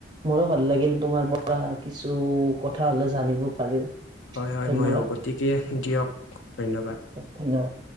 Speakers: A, on the right; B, on the left.
A: মোৰো ভাল লাগিল তোমাৰ পৰা কিছু কথা হ'লে জানিব পাৰিলো।
B: হয় হয়
A: ধন্যবাদ
B: ময়ো গতিকে দিয়ক ধন্যবাদ।
A: ধন্যবাদ।